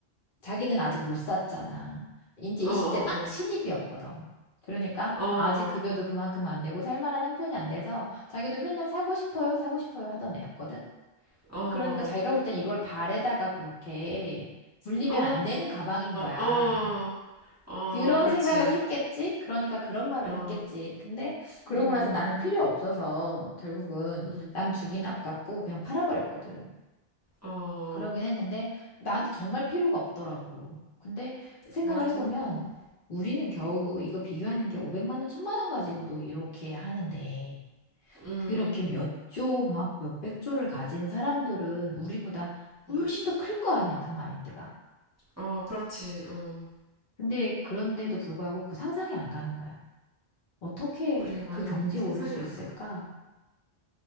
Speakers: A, on the left; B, on the right.
A: 자기는 아직 못 샀잖아. 이제
B: 어,
A: 20대
B: 어.
A: 막 신입이었거든. 그러니까
B: 어,
A: 아직 급여도 그만큼 안 되고 살만한 형편이 안 돼서 자기도 맨날 사고 싶어요, 사고 싶어요 하던 애였거든.
B: 어,
A: 그러니까 자기가 볼 땐 이걸 발에다가 그렇게 굴리면
B: 어,
A: 안 되는 가방인 거야.
B: 어, 어,
A: 그런
B: 그렇지.
A: 생각을 했겠지? 그러니까 그런 말을
B: 어,
A: 했겠지. 근데 그러고
B: 음,
A: 나서 나는 필요 없어서 결국은
B: 음,
A: 남 주긴 아깝고 그냥 팔아버렸거든.
B: 어,
A: 그러긴 했는데 나한테 정말 필요가 없더라고. 근데 생각을
B: 맞아.
A: 해보면
B: 음,
A: 우리는 겨우 이거 비교하는 게 500만 원, 1000만 원 가지고도 이렇게 하는데
B: 음,
A: 그렇게 몇 조, 막 몇백 조를 가진 사람들은 우리보다 훨씬
B: 음.
A: 더 클 거 아니야, 그 마인드가.
B: 어, 그렇지. 어,
A: 근데 그런데도 불구하고 그 상상이 안 가는 거야. 어떻게
B: 그래, 맞아.
A: 그 경지에
B: 상상이
A: 오를 수
B: 안
A: 있을까?
B: 가.